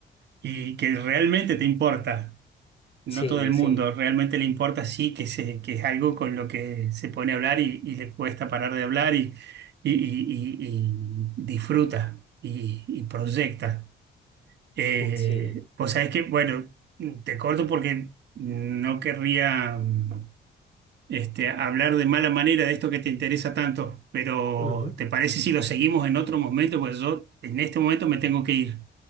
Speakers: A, on the right; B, on the left.
A: y que realmente te importa. No
B: Sí,
A: todo el mundo
B: sí,
A: realmente le importa, sí, que, se, que es algo con lo que se pone a hablar y, y le cuesta parar de hablar y, y- y- y- y disfruta y, y proyecta. Eh,
B: mm, sí.
A: vos sabés que, bueno, te corto porque no querría. mm, este, hablar de mala manera de esto que te interesa tanto, pero
B: ujú.
A: ¿te parece si lo seguimos en otro momento? Pues yo en este momento me tengo que ir,